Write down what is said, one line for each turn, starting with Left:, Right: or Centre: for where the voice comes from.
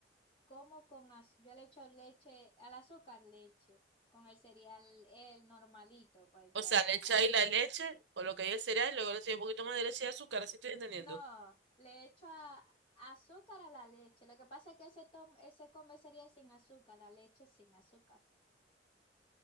Left: Como con az- yo le echo leche, al azúcar leche, con el cereal el normalito, pues el
Right: O
Left: tradicional.
Right: sea, le echáis la leche, o lo que hay el cereal, y luego le echáis un poquito más de leche y azúcar, así estoy entendiendo.
Left: No, le echo a- azúcar a la leche. Lo que pasa es que ese, tom- ese come cereal sin azúcar, la leche sin azúcar.